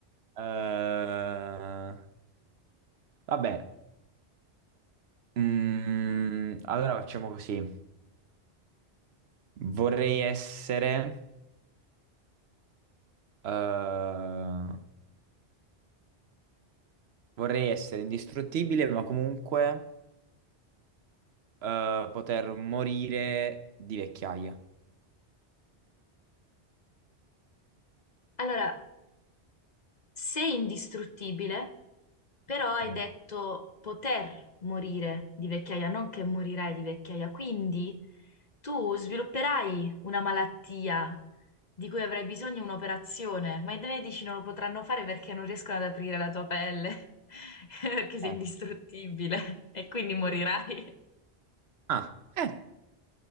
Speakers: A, on the right; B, on the left.
A: Eh, vabbè, Mm, allora facciamo così. Vorrei essere, eh, vorrei essere indistruttibile, ma comunque eh, poter morire di vecchiaia.
B: Allora, Sei indistruttibile, però hai
A: Mm.
B: detto poter morire di vecchiaia, non che morirai di vecchiaia. Quindi tu svilupperai una malattia di cui avrai bisogno un'operazione, ma i medici non lo potranno fare perché non riescono ad aprire la tua pelle, <laughs> perché sei
A: Eh.
B: indistruttibile e quindi morirai.
A: Ah, eh,